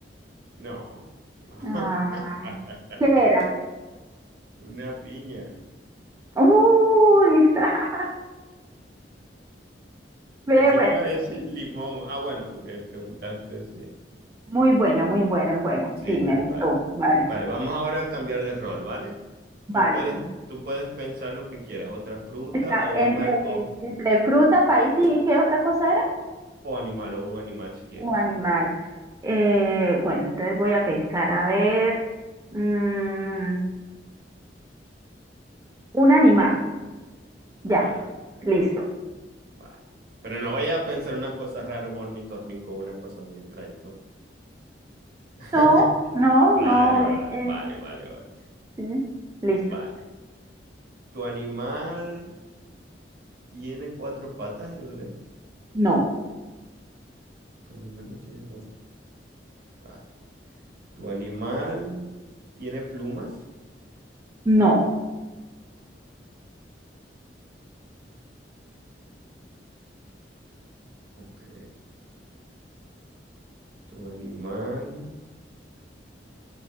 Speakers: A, on the right (about 60°); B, on the right (about 20°).
A: No, no.
B: Ah,
A: <laughs>
B: ¿qué era?
A: Una piña.
B: Uy, <laughs> Ve,
A: Pensé
B: bueno,
A: que iba a decir limón. Ah, bueno, porque preguntaste, sí.
B: muy bueno, muy bueno el juego.
A: Sí,
B: Sí, me
A: vale.
B: gustó. Vale,
A: Vale, vamos ahora a cambiar de rol, ¿vale?
B: vale.
A: Tú puedes, tú puedes pensar lo que quieras, otra fruta
B: Está
A: o
B: entre,
A: un a- o,
B: entre fruta, país y ¿qué otra cosa era?
A: o animal, o un animal si quieres.
B: O animal. Eh, bueno, entonces voy a pensar, a ver, mm, un animal.
A: Vale,
B: Ya,
A: vale,
B: listo.
A: vale. Pero no vayas a pensar unas cosas raras, un ornitorrinco, una cosa muy extraña, ¿no? <laughs>
B: No, no,
A: Vale,
B: no,
A: vale,
B: eh, eh,
A: vale, vale, vale.
B: sí, listo.
A: Vale. ¿Tu animal tiene cuatro patas, yo leí.
B: No,
A: Tu animal no tiene cuatro patas. Vale. Tu animal tiene plumas.
B: no.
A: Ok. Tu animal